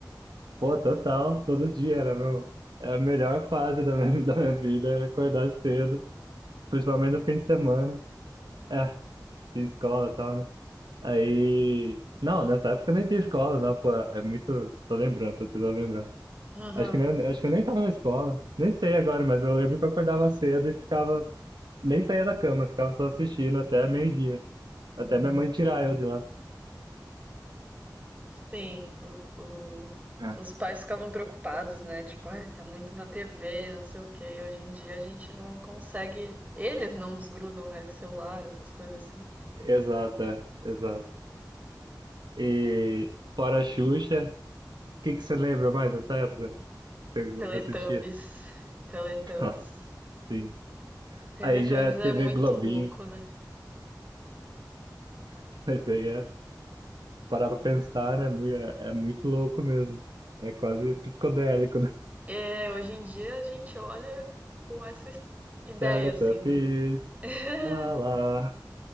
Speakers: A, on the right; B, on the right.
A: pô, total, todo dia era meu, era a melhor fase da minha, <laughs> da minha vida, era acordar cedo, principalmente no fim de semana. É, tinha escola e tal, né? Aí. Não, nessa época eu nem tinha escola, não, pô. É muito. Tô lembrando, tô tentando lembrar.
B: Aham.
A: Acho que, nem, acho que eu nem tava na escola. Nem sei agora, mas eu lembro que eu acordava cedo e ficava. Nem saía da cama, ficava só assistindo até meio-dia. Até minha mãe tirar eu de lá.
B: Sim, o- o-
A: É.
B: os pais ficavam preocupados, né? Tipo, ai, tá muito na TV, não sei o quê. Hoje em dia a gente não consegue. Eles não desgrudam, né, do celular, essas coisas assim.
A: Exato, é, exato. E fora a Xuxa, o que que você lembra mais dessa época que você
B: Teletubbies,
A: assistia?
B: Teletubbies.
A: <laughs> Nossa, sim.
B: Teletubbies
A: Aí já é TV
B: é muito
A: Globinho,
B: louco, né?
A: <laughs> mas aí é parar pra pensar, né? mui- É, é muito louco mesmo. É quase psicodélico, né? <laughs>
B: É, hoje em dia a gente olha com essa es- ideia,
A: Teletubbies,
B: assim, né? <laughs>
A: lá, lá.